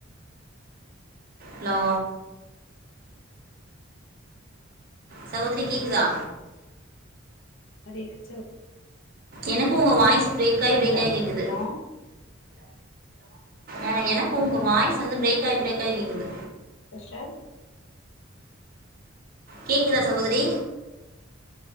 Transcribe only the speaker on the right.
ஹலோ சகோதரி கேக்குதா
எனக்கு உங்க வாய்ஸ் பிரேக் ஆகி பிரேக்
ஆகி கேக்குது
ஆஹ் எனக்கு உங்க வாய்ஸ் வந்து பிரேக் ஆகி பிரேக் ஆகி கேக்குது
கேக்குதா சகோதரி